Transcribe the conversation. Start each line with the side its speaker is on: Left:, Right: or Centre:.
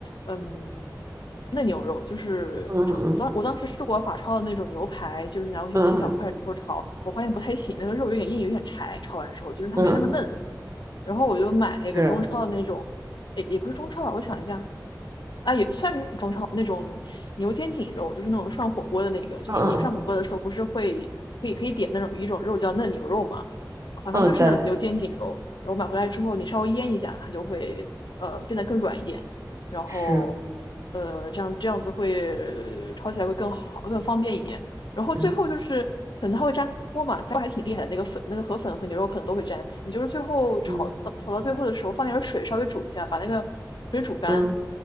Left: 嗯，嫩牛肉，就是炒。
Right: 嗯嗯
Left: 当我当时试过法超的那种牛排，就是拿回去切小块之后炒，
Right: 嗯
Left: 我发现不太行，那个肉有点硬，有点柴。炒完之后，就是它没那么嫩。
Right: 嗯嗯，嗯嗯
Left: 然后我就买那个中超的那种，
Right: <laughs> 是，
Left: 也也不是中超吧，我想一下，啊，也算是中超。牛肩颈肉，就是那种涮火锅的那个，就是你涮火锅的时候不是会可以可以点那种一种肉叫嫩牛肉嘛，
Right: 嗯
Left: 好像就是那种牛肩颈肉，
Right: 嗯嗯，对，
Left: 然后买回来之后你稍微腌一下，它就会呃变得更软一点，然后呃这样这样子会炒起来会更好更方便一点，
Right: 是，
Left: 然后最后就是可能它会粘锅嘛，
Right: 嗯
Left: 粘锅还挺厉害的，那个粉那个河粉和牛肉可能都会粘，你就是最后炒到炒到最后的时候放点水稍微煮一下，
Right: 嗯
Left: 把那个水煮干，
Right: 嗯